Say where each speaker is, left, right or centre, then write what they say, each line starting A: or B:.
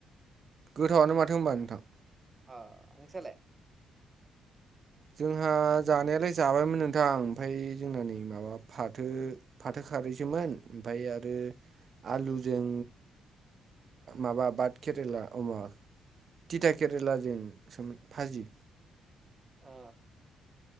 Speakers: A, on the right; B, on the right.
A: गोथावआनो माथो होमबा नोंथां
B: अ नोंसालाय
A: जोंहा जानायालाय जाबायमोन नोंथां ओमफ्राय जोंना नै माबा फाथो फाथो खारैसोमोन ओमफाय आरो आलुजों माबा बाद केरेला अमा थटिथा केरेलाजों सोमोन फाजि
B: अ